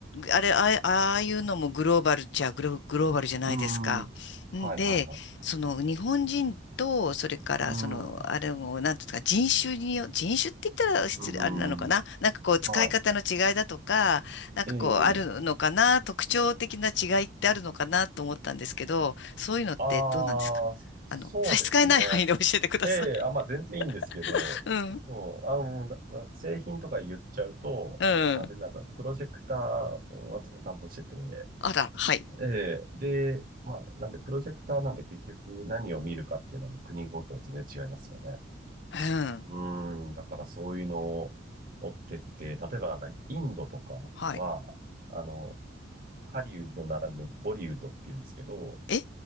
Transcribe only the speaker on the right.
うん、はい、
はい、はい。
うん、
うん、
は
い。
ええ
ああ、そそうですね。
ええ、あ、まあ全然いいんですけど、
そう、あの、なな製品とか言っちゃうと、
あれなんですよ、プロジェクターを私は担当してて、
ええ、で、まあ、なんでプロジェクターなんで結局何を見るかっていうのは国ごとに全然違いますよね。
うーん、だからそういうのを追ってって、例えばなんかインドとかは、
あの、ハリウッドならぬボリウッドっていうんですけど、